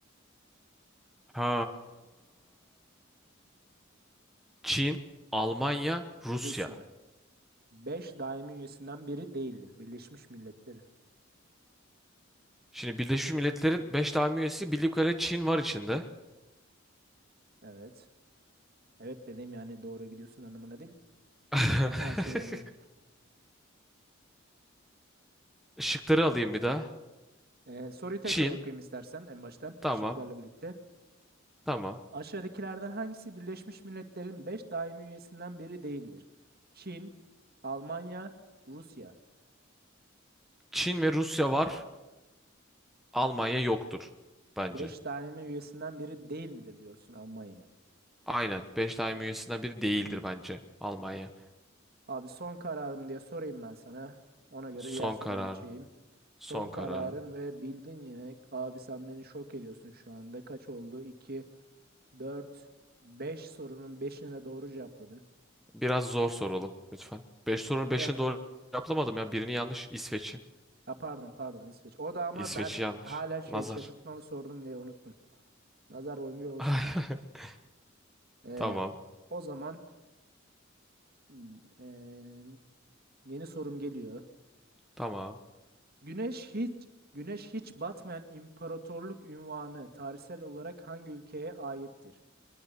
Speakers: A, in the centre; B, on the right.
A: Ha. Çin, Almanya, Rusya.
B: Rusya. beş daimi üyesinden biri değildir Birleşmiş Milletler'in.
A: Şimdi Birleşmiş Milletler'in 5 daimi üyesi bildiğim kadarıyla Çin var içinde.
B: Evet. Evet dedim yani doğru gidiyorsun anlamına değil.
A: <laughs>
B: Ona anlama şey <laughs> olarak.
A: Şıkları alayım bir daha.
B: Ee, soruyu tekrar
A: Çin.
B: okuyayım istersen en baştan
A: Tamam.
B: şıklarla birlikte.
A: Tamam.
B: Aşağıdakilerden hangisi Birleşmiş Milletler'in 5 daimi üyesinden biri değildir? Çin, Almanya, Rusya.
A: Çin ve Rusya var. Almanya yoktur bence.
B: 5 daimi üyesinden biri değil midir diyorsun Almanya'ya.
A: Aynen. Beş daim üyesinden biri değildir bence Almanya.
B: Abi son kararım diye sorayım ben sana. Ona göre
A: Son
B: diğer soruya
A: kararım.
B: geçeyim.
A: Son
B: Son kararın
A: kararım.
B: ve bildin yine. Abi sen beni şok ediyorsun şu anda. Kaç oldu? 2, 4, 5 sorunun 5'ine de doğru cevapladın.
A: Biraz zor soralım lütfen. Beş sorunun
B: <laughs> Biraz
A: beşini doğru cevaplamadım ya. Birini yanlış. İsveç'i.
B: ha, pardon pardon İsveç. O da ama
A: İsveç'i
B: ben
A: yanlış.
B: hala şey
A: Nazar.
B: şaşırtmalı sordum diye unuttum. Nazar boncuğu
A: <laughs>
B: olsun. Ee,
A: Tamam.
B: o o zaman hmm, ee, yeni sorum geliyor.
A: Tamam.
B: Güneş hiç Güneş hiç batmayan imparatorluk unvanı tarihsel olarak hangi ülkeye aittir?